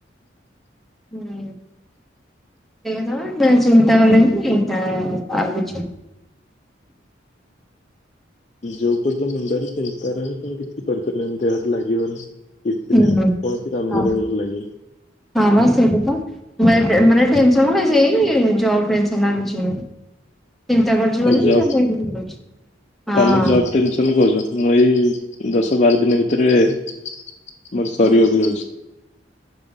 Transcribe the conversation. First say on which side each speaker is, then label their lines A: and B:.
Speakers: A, in the centre; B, on the left.
A: ହୁଁ ସେଇ କଥା ବା ସେ ଚିନ୍ତା କଲେଣିି ତା ଆଉଚି।
B: ଯୋଉ ଉପରେ ତ ମୁଣ୍ଡରେ ଚିନ୍ତାରହେ ତମେ କିଛି କରିପାରୁନ ଦେହରେ ଲାଗିବନି। କିଛି
A: ହୁଁ
B: ନାହିଁ କୌଣସି କାମ
A: ହଁ
B: କରିବାକୁ ଭଲ ଲାଗିବନି।
A: ହଁ ବା ସେଇଟା କଥା। ମାନେ ଟେନ୍ ମାନେ ଟେନସନ୍ କଣ କି ସେଇ ଜବ୍ ଟେନସନ୍ ଆଉ କିଛି ନୁଁ। ଚିନ୍ତା କରୁଚି ବୋଲି
B: ଜବ୍
A: <unintelligible> ଏମିତି ହଁ।
B: ତମେ ଜବ୍ ଟେନସନ କହୁଚ ମୁଁ ଏଇ ଦଶ ବାର ଦିନ ଭିତରେ ମୋର ସରିବାକୁ ଯାଉଛି।